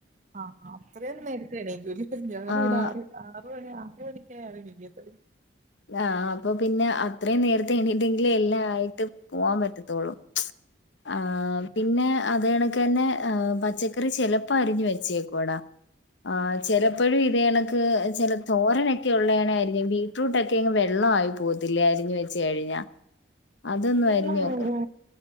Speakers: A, on the right; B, on the left.
A: അഹ് ആ അത്രേ നേരത്തെ എണിക്കുല ഞാനും
B: ആ
A: ഇവിടെ ആർ ആർ മണി ആർ മണിക്കേ ഞാൻ എണീകത്തോള്ളു
B: ആഹ് അപ്പൊ പിന്നെ അത്രയും നേരത്തെ എണീണ്ടെങ്കിലിൽ എല്ലാം ആയിട്ട് പോവാൻ പറ്റത്തുള്ളൂ ആഹ് പിന്നെ അതേ കണക്കന്നെ പച്ചക്ക പച്ചക്കറി ചെലപ്പ അരിഞ്ഞു വെച്ചേക്കോടാ ആ ച എപ്പോഴും ഇത് കണക്ക് ചില തോരനൊക്കെ ഉള്ളതണായിയിരിക്കും ബീറ്റ്റൂട്ടൊക്കെ ും വെള്ളം ആയി പോത്തില്ല അരിഞ്ഞ് വെച്ച കഴിഞ്ഞ അതൊന്നും
A: വെള്ളം
B: അരിഞ്ഞ് വെക്ക
A: വീഴോ?